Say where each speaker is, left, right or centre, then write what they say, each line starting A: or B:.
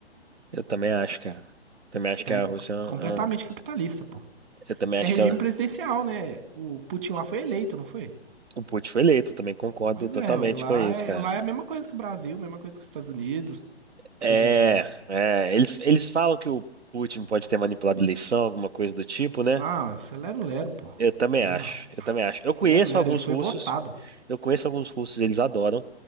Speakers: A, on the right; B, on the right.
A: Eu também acho, cara. Também acho
B: Ela
A: que a
B: é
A: Rússia é um...
B: completamente
A: é um-
B: capitalista, pô.
A: Eu também
B: É
A: acho
B: regime
A: que ela...
B: presidencial, né? O Putin lá foi eleito, não foi?
A: o Putin foi eleito, eu também concordo
B: Pois
A: totalmente
B: é, ué, lá
A: com isso,
B: é,
A: cara.
B: lá é a mesma coisa que o Brasil, mesma coisa que os Estados Unidos,
A: É,
B: hoje em dia.
A: é, eles, eles falam que o Putin pode ter manipulado a eleição, alguma coisa do tipo, né?
B: Não, isso é lero-lero, pô.
A: Eu também
B: Tem
A: acho,
B: não.
A: eu também acho.
B: Isso
A: Eu conheço
B: é lero-lero,
A: alguns
B: ele foi
A: russos,
B: votado.
A: eu conheço alguns russos, eles adoram,